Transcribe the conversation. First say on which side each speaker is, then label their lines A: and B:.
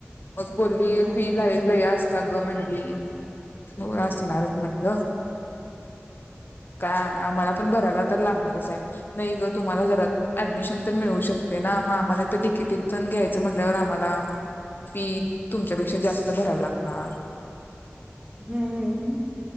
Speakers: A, on the left; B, on the right.
A: मग बोलली
B: हम्म
A: फी
B: हम्म
A: लय लय असत्याग मग म्हंटली हो असणारच म्हटली हॅलो. काय आम्हाला पण भरायला तर लागणारच आहे नाही काय आम्हाला पण भरायला तर लागणारच हाय नैग तुम्हाला जरा ऍडमिशन तर मिळू शकते ना मग आम्हाला तर डिकेटीत पण घ्यायचं म्हटल्यावर आम्हाला फी तुमच्यापेक्षा जास्त भरायला लागणार.
B: हम्म